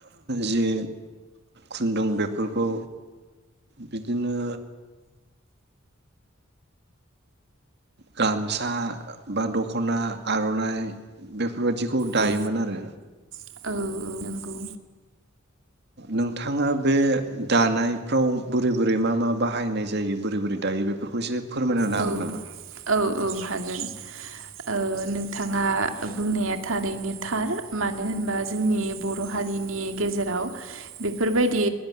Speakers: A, on the right; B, on the right.
A: जे खुन्दुं बेफोरखौ बिदिनो गामसा बा दखना आर'नाइ बे बेफोरबायाददिखौ दायोमोन
B: औ
A: आरो
B: औ नंगौ
A: नोंथाङा बे दानायफ्राव बोरै बोरै मा मा बाहायनाय जायो बोरै बोरै दायो बेफोरखौ एसे फोरमायना होनो
B: औ
A: हागोन नामा?
B: औ औ हागोन औ नोंथाङा? बुंनाया थारैनो थार मानो होनबा जोंनि बर' हारिनि गेजेराव बेफोरबायदि